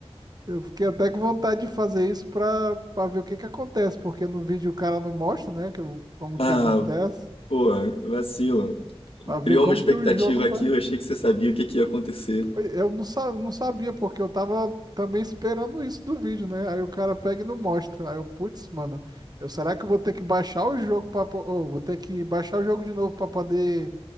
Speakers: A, on the right; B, on the left.
A: Eu fiquei até com vontade de fazer isso pra, pra ver o que que acontece, porque no vídeo o cara não mostra, né, que, o- como
B: Ah,
A: que acontece.
B: pô, vacilo.
A: Pra ver
B: Criou
A: como
B: uma expectativa
A: que o jogo
B: aqui,
A: vai.
B: eu achei que você sabia o que, que ia acontecer.
A: Eu não, sa- não sabia, porque eu tava também esperando isso do vídeo, né? Aí o cara pega e não mostra. Aí eu, putz, mano, eu, será que eu vou ter que baixar o jogo para vou ter que baixar o jogo de novo pra poder